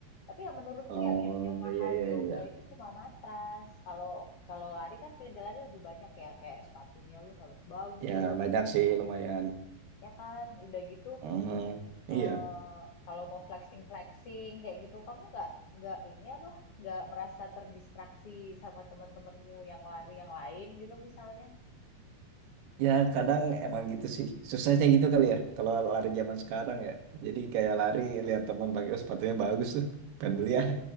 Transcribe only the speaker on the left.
tapi ya menurutku
yang yang mahal
di yoga
itu cuma matras kalau kalau lari kan perintilannya lebih banyak ya kayak sepatunya lu harus bagus
ya kan udah gitu
Eee, kalau mau flexing-flexing kayak gitu, kamu nggak nggak ini apa, nggak merasa terdistraksi sama teman-temanmu yang lari yang lain gitu misalnya?